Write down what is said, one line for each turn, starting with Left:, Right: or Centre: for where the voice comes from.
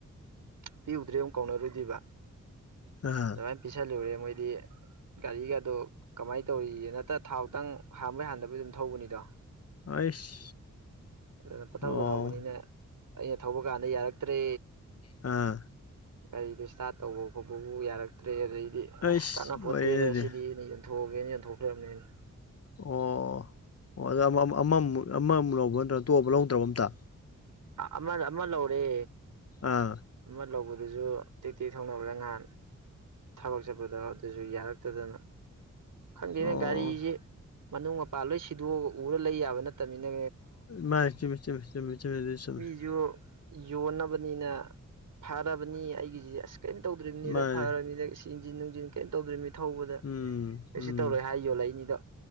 Right: ꯄꯤꯎꯨꯗ꯭ꯔꯦ ꯑꯃꯨꯛ ꯀꯥꯎꯅꯔꯨꯗ꯭ꯔꯤꯕ
Left: ꯑꯥ
Right: ꯑꯗꯨꯃꯥꯏꯅ ꯄꯤꯁꯜꯂꯨꯔꯦ ꯃꯣꯏꯗꯤ꯫ ꯒꯥꯔꯤꯒꯥꯗꯣ ꯀꯃꯥꯏꯅ ꯇꯧꯔꯤꯒꯦꯅꯇ ꯊꯥꯎꯇꯪ ꯍꯥꯟꯕꯣꯏ ꯍꯥꯟꯗꯕꯣꯏ ꯑꯗꯨꯝ ꯊꯧꯕꯅꯤꯗꯣ꯫
Left: ꯑꯩꯁ꯫
Right: ꯑꯗꯨꯅ ꯄꯊꯧꯊꯧꯗ
Left: ꯑꯣ
Right: ꯊꯧꯕꯅꯤꯅ ꯑꯩꯅ ꯊꯧꯕ ꯀꯥꯟꯗ ꯌꯥꯔꯛꯇ꯭ꯔꯦ꯫
Left: ꯑꯥ
Right: ꯀꯔꯤꯗꯣ ꯏꯁꯇꯥꯔꯠ ꯇꯧꯕ ꯈꯣꯠꯄꯕꯨ ꯌꯥꯔꯛꯇ꯭ꯔꯦ ꯑꯗꯩꯗꯤ
Left: ꯑꯩꯁ
Right: ꯑꯁ ꯀꯥꯟꯅ
Left: ꯂꯣꯏꯔꯦ
Right: ꯐꯣꯠꯇꯦꯗ
Left: ꯑꯗꯨꯗꯤ
Right: ꯁꯤꯗꯤ ꯑꯩꯅ ꯌꯣꯟꯊꯣꯛꯑꯒꯦꯅ ꯌꯣꯟꯊꯣꯛꯈ꯭ꯔꯕꯅꯦ ꯑꯩꯅ
Left: ꯑꯣ ꯑꯣ ꯑꯗ ꯑꯃꯃ ꯑꯃꯃꯨꯛ ꯂꯧꯕ ꯅꯠꯇ꯭ꯔꯒ ꯇꯣꯛꯑꯕ ꯂꯧꯗꯕ ꯑꯝꯇ
Right: ꯑꯃꯗ ꯑꯃ ꯂꯧꯔꯦ
Left: ꯑꯥ
Right: ꯑꯃ ꯂꯧꯕꯗꯨꯁꯨ ꯇꯦꯛ ꯇꯦꯛ ꯊꯧꯅꯕꯗ ꯉꯍꯥꯟ ꯊꯕꯛ ꯆꯠꯄꯗ ꯑꯗꯨꯁꯨ ꯌꯥꯔꯛꯇꯗꯅ ꯈꯪꯗꯦꯅꯦ
Left: ꯑꯣ
Right: ꯒꯥꯔꯤꯖꯦ ꯃꯅꯨꯡ ꯃꯄꯥꯟ ꯂꯣꯏ ꯁꯤꯗꯣꯛꯑꯒ ꯎꯔ ꯂꯩ ꯌꯥꯕ ꯅꯠꯇꯕꯅꯤꯅ
Left: ꯃꯅꯦ ꯆꯨꯝꯃꯤ ꯆꯨꯝꯃꯤ <unintelligible>
Right: <unintelligible> ꯌꯣꯟꯅꯕꯅꯤꯅ ꯐꯔꯕꯅꯤ ꯑꯩꯒꯤꯁꯦ ꯑꯁ ꯀꯔꯤꯝ ꯇꯧꯗ꯭ꯔꯤꯕꯅꯤꯗ
Left: ꯃꯥꯅꯦ
Right: ꯐꯔꯕꯅꯤꯗ ꯆꯤꯡꯁꯤꯟ ꯅꯨꯡꯁꯤꯟ ꯀꯩꯅꯣ ꯇꯧꯗ꯭ꯔꯤ ꯃꯤ ꯊꯧꯕꯗ
Left: ꯎꯝ
Right: ꯀꯩꯁꯨ
Left: ꯎꯝ
Right: ꯇꯧꯔꯣꯏ ꯍꯥꯏ ꯌꯣꯜꯂꯛꯏꯅꯤꯗꯣ